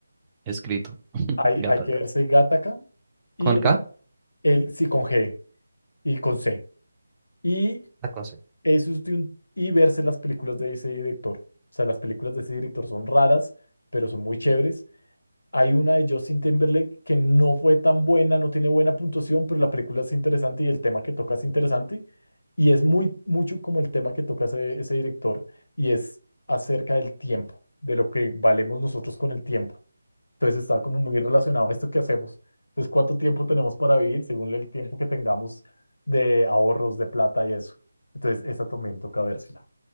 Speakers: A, on the right; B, on the left.
A: Escrito. <laughs>
B: Hay, hay
A: Gataca.
B: que verse Gattaca y
A: ¿Con K?
B: el, sí con G y con C. Y
A: Ah, con C.
B: eso es de un, y verse las películas de ese director. O sea, las películas de ese director son raras pero son muy chéveres. Hay una de Justin Timberlake que no fue tan buena, no tiene buena puntuación, pero la película es interesante y el tema que toca es interesante. Y es muy, mucho como el tema que toca ese, ese director y es acerca del tiempo, de lo que valemos nosotros con el tiempo. Entonces está como muy relacionado a esto que hacemos. Entonces, ¿cuánto tiempo tenemos para vivir según el tiempo que tengamos de ahorros, de plata y eso? Entonces, esa también toca vérsela.